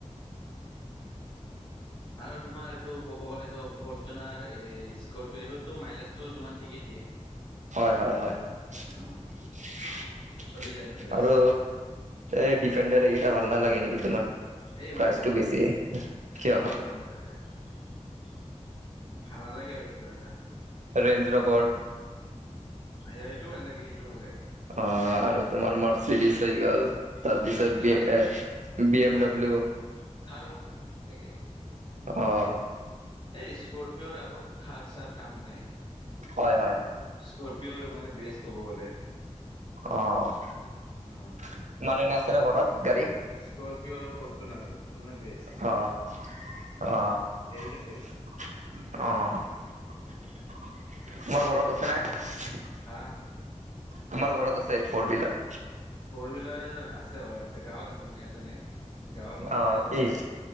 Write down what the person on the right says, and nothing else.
হয় হয় হয়। <unintelligible>
আৰু এই ডিফেণ্ডাৰ এইকেইটা ভাল নালাগে নেকি তোমাৰ?
প্ৰাইচটো
বেছি কিয়
কা ৰেঞ্জ ৰবৰ
অঁ, আৰু তোমাৰ মাৰ্চিডিছ হৈ গ'ল। তাৰপিছত
বি এ B
M W.
অ'
হয় হয়।
অঁ,
তোমাৰ এনে আছে নে ঘৰত গাড়ী?
অঁহ অঁহ অঁহ।
তোমাৰ ঘৰত আছে নাই?
তোমাৰ ঘৰত আছে ফৰ বিলাৰ?
অ',
কি